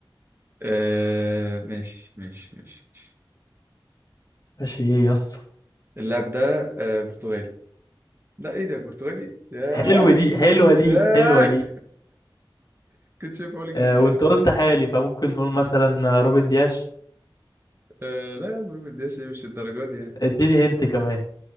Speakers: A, on the right (about 30°); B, on the left (about 50°).
A: آه، ماشي ماشي ماشي ماشي
B: ماشي ايه يا اسطى
A: اللاعب ده آه، برتغالي لا ايه ده برتغالي ياه
B: حلوة دي حلوة دي
A: ياه
B: حلوة دي
A: <laughs> كنت شايف اقول الجنسية
B: آه وانت قلت حالي فممكن نقول مثلا روبن دياش
A: آه، لا يا برو مدياش ايه مش الدرجات دي يعني
B: اديني هنت كمان